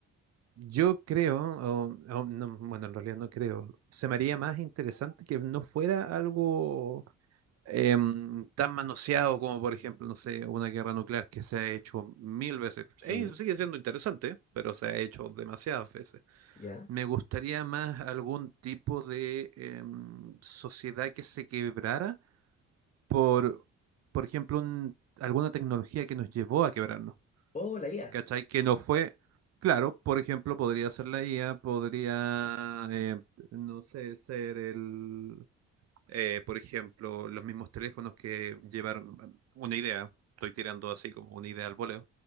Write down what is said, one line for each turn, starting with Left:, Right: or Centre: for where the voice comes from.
Right: yo creo, o- o no, bueno, en realidad no creo, se me haría más interesante que no fuera algo em, tan manoseado como, por ejemplo, no sé, una guerra nuclear que se ha hecho mil veces.
Left: Sí,
Right: Eh, sigue siendo interesante, pero se ha hecho demasiadas veces.
Left: ya.
Right: Me gustaría más algún tipo de em, sociedad que se quebrara por, por ejemplo, un- alguna tecnología que nos llevó a quebrarnos.
Left: O la IA,
Right: ¿Cachai? Que no fue. Claro, por ejemplo, podría ser la IA, podría, eh, no sé, ser el, eh, por ejemplo, los mismos teléfonos que llevaron bueno, una idea, estoy tirando así como una idea al voleo,